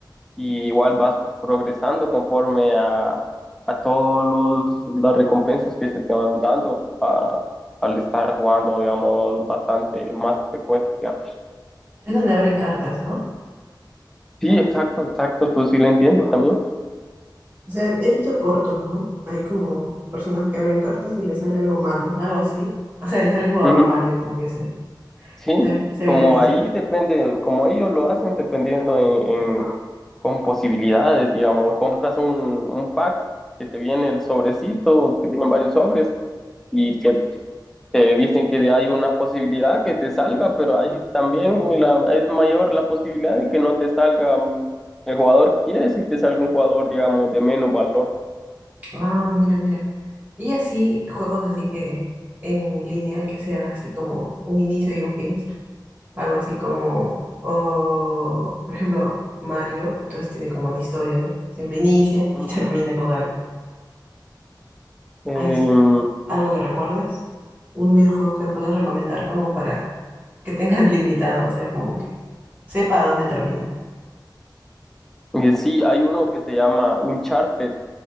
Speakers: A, in the centre; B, on the right (about 20°).
A: y igual vas progresando conforme a, a todas las recompensas que se te van dando a- al estar jugando, digamos, bastante más frecuencia.
B: Es donde abren cartas, ¿no?
A: Sí, exacto, exacto, tú sí lo entiendes también.
B: O sea, he visto cortos, ¿no? Hay como personas que abren cartas y les sale algo malo, algo así. O sea, les sale el jugador
A: Ujú.
B: malo y como que se,
A: Sí,
B: se, se
A: como
B: viraliza.
A: ahí depende, como ellos lo hacen dependiendo en, en- con posibilidades, digamos, compras un, un pack que te viene el sobrecito, que tienen varios sobres y te, te dicen que hay una posibilidad que te salga, pero ahí también la- es mayor la posibilidad de que no te salga mm, el jugador que quieres y te salga un jugador, digamos, de menos valor.
B: Ah, mira, mira. Y así, juegos así que en línea, que sean así como un inicio y un fin. Algo así como, o, por ejemplo, Mario, entonces tiene como una historia, ¿no? Siempre inicia
A: Ujú.
B: y <laughs> termina con algo.
A: Eh,
B: Ay, así. ¿Algo que recuerdes? Un videojuego que me puedas recomendar como para que tengas <laughs> limitado, o sea, como que sepa a dónde termina.
A: y sí, hay uno que se llama Uncharted.